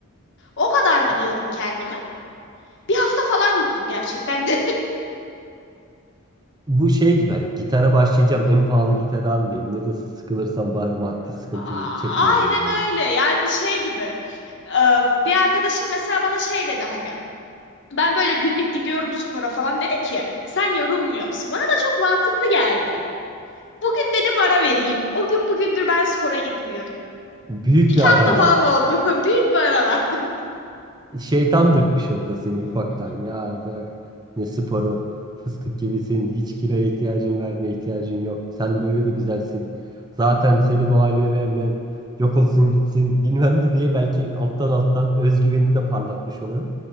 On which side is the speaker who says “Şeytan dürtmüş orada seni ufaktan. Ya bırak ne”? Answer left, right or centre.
Right